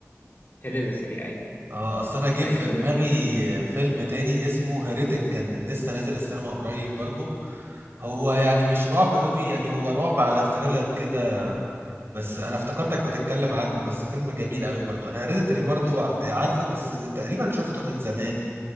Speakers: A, on the left; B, on the right.
A: هيريديتري أيوة
B: اه اصل انا جه في
A: أي فيلم
B: دماغي
A: اسمه هيريديتري
B: فيلم تاني اسمه هيريتك كان لسه نازل السينما قريب برضو هو يعني مش رعب قوي يعني هو رعب على ثريلر كده بس انا افتكرتك بتتكلم عنه بس فيلم جميل قوي برضو انا هيريديتري برضو ع- عارفه بس تقريبا شفته من زمان